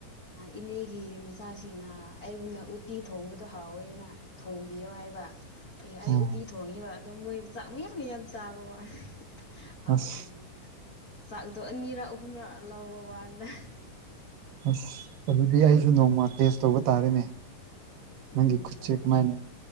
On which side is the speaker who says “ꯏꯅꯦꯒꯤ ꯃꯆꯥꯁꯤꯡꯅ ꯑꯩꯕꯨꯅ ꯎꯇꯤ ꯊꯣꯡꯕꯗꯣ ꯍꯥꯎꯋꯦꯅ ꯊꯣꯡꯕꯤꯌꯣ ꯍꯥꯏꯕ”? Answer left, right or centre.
Left